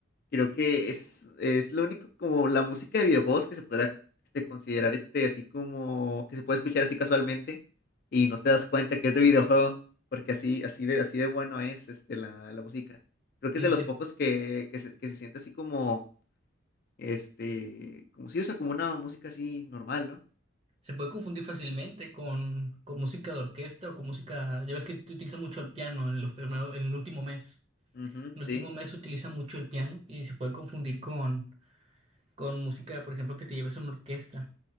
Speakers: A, on the left (about 50°); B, on the right (about 30°).
A: Creo que es, es lo único como la música de videojuegos que se podrá este, considerar este así como que se puede escuchar así casualmente y no te das cuenta que es de videojuego, porque así, así de, así de bueno es este la, la música. Creo que
B: Sí,
A: es de los
B: se,
A: pocos que, que se, que se siente así como este, como si usa como una música así normal, ¿no?
B: se puede confundir fácilmente con, con música de orquesta o con música. Ya ves que te utiliza mucho el piano en los primeros, en el último mes.
A: Ujú,
B: En el
A: sí,
B: último mes se utiliza mucho el piano y se puede confundir con, con música, por ejemplo, que te lleves a una orquesta.